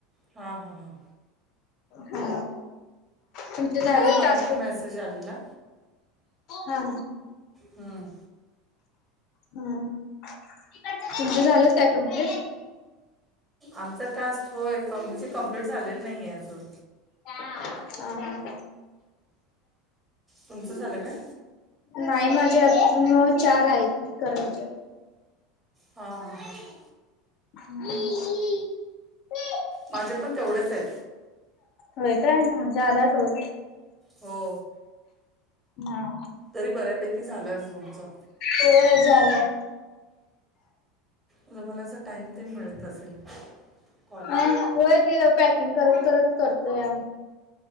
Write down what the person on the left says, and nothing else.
हा तुमच झालं
टास.
हा
हम. तुमचं झालेत काय कम्प्लेट?
हां. हां.
नाही माझ्या आत म चार आहेत करायचे.
हम्म.
होय काय? म्हणजे झाला तर.
हा.
हो झालं.
अ होय. ते पॅकिंग करत करत करतोया.